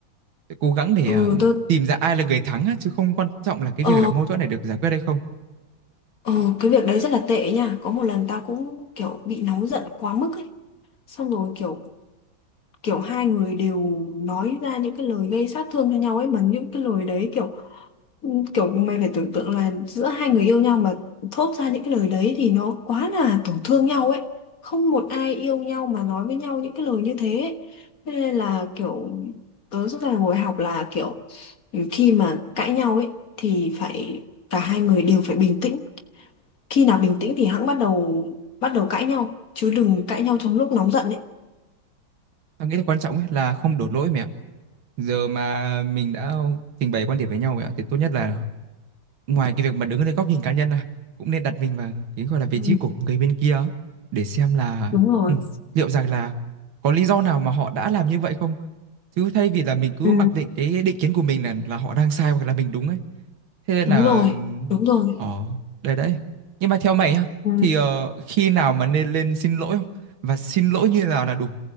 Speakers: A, on the right (about 80°); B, on the left (about 45°).
A: sẽ cố gắng để
B: ừ
A: ờ,
B: tôi
A: tìm ra ai là người thắng á, chứ không quan trọng là cái
B: ờ
A: việc là mâu thuẫn này được giải quyết hay không
B: ờ cái việc đấy rất là tệ nha. Có một lần tao cũng kiểu bị nóng giận quá mức ấy, xong rồi kiểu kiểu hai người đều nói ra những cái lời gây sát thương cho nhau ấy mà những cái lời đấy kiểu kiểu mày phải tưởng tượng là giữa hai người yêu nhau mà thốt ra những cái lời đấy thì nó quá là tổn thương nhau ấy không một ai yêu nhau mà nói với nhau những cái lời như thế ấy. Thế nên là kiểu tớ rút ra là ngồi học là kiểu khi mà cãi nhau ấy thì phải cả hai người đều phải bình tĩnh khi nào bình tĩnh thì hẵng bắt đầu bắt đầu cãi nhau chứ đừng cãi nhau trong lúc nóng giận ấy
A: tao nghĩ là quan trọng ấy là không đổ lỗi mẹ ạ giờ mà mình đã trình bày quan điểm với nhau mẹ ạ thì tốt nhất là ngoài cái việc mà đứng ở góc nhìn cá nhân à cũng nên đặt mình vào cái gọi là vị
B: Ừ,
A: trí của người bên kia á, để xem là
B: đúng rồi
A: ừ, liệu rằng là có lý do nào mà họ đã làm như vậy không chứ thay vì là mình cứ
B: ừ.
A: mặc định cái định kiến của mình là là họ đang sai hoặc là mình đúng ấy thế nên
B: đúng
A: là
B: rồi
A: ừm,
B: đúng rồi
A: ờ đây đấy nhưng mà theo mày ha
B: ừ.
A: thì ờ, khi nào mà nên lên xin lỗi không và xin lỗi như nào là đủ